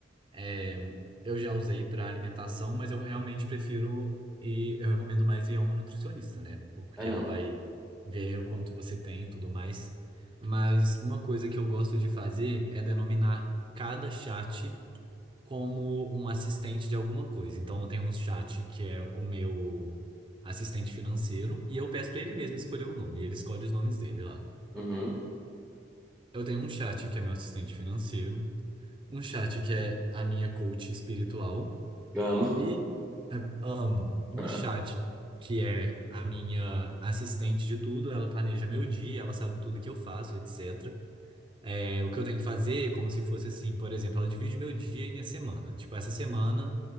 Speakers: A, on the right; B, in the centre.
A: É, eu já usei para alimentação, mas eu realmente prefiro e eu recomendo mais ir a uma nutricionista, né? Porque
B: É não.
A: ela vai ver o quanto você tem e tudo mais. Mas uma coisa que eu gosto de fazer é denominar cada chat como um assistente de alguma coisa. Então eu tenho um chat que é o meu assistente financeiro e eu peço para ele mesmo escolher o nome, e ele escolhe os nomes dele lá.
B: Uhum.
A: Eu tenho um chat que é meu assistente financeiro, um chat que é a minha coach espiritual.
B: Eu amo.
A: E É, Amo um
B: <laughs>
A: chat que é a minha assistente de tudo, ela planeja meu dia, ela sabe tudo que eu faço, etc. É, o que eu tenho que fazer, como se fosse assim, por exemplo, ela divide meu dia e minha semana. Tipo, essa semana